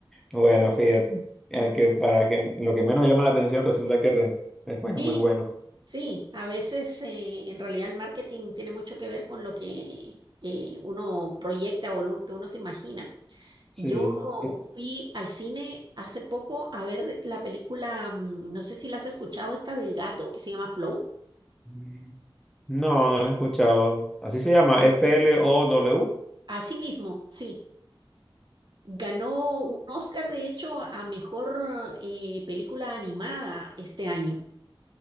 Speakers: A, in the centre; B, on the right.
A: Bueno, fíjate, al que para que lo que menos llama la atención resulta que re- después es
B: Sí,
A: muy bueno.
B: sí, a veces eh, en realidad el marketing tiene mucho que ver con lo que eh, uno proyecta o lo que uno se imagina.
A: Sí.
B: Yo fui al cine hace poco a ver la película, mm, no sé si la has escuchado, esta del gato que se llama Flow.
A: es- No, no la he escuchado. Así se llama, F-L-O-W.
B: Así mismo, sí. Ganó un Oscar, de hecho, a mejor eh, película animada este año.